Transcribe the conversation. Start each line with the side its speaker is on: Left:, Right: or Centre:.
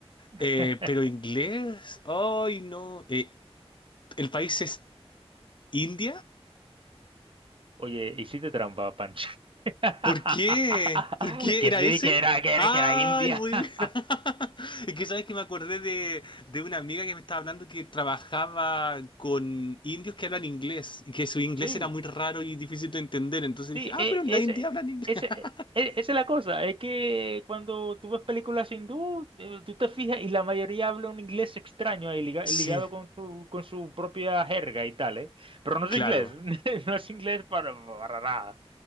Right: <laughs>
Left: Eh, pero inglés. Ay, no. Eh, ¿el país es India?
Right: Oye, hiciste trampa, Pancho. <laughs>
Left: ¿Por qué? ¿Por qué
Right: Que
Left: era
Right: sí,
Left: ese?
Right: que era, que era,
Left: Ay,
Right: que era India.
Left: muy
Right: <laughs>
Left: bien. <laughs> Es que sabes que me acordé de, de una amiga que me estaba hablando que trabajaba con indios que hablan inglés y que su inglés
Right: Sí,
Left: era muy raro y difícil de entender. Entonces
Right: sí,
Left: dije, ah,
Right: e-
Left: pero en
Right: ese,
Left: la India hablan inglés.
Right: ese,
Left: <laughs>
Right: e- esa es la cosa. Es que cuando tú ves películas hindú, eh, tú te fijas y la mayoría habla un inglés extraño ahí, liga-
Left: Sí,
Right: ligado con su, con su propia jerga y tal, ¿eh? Pero no es
Left: claro.
Right: inglés, <laughs> no es inglés para, para nada.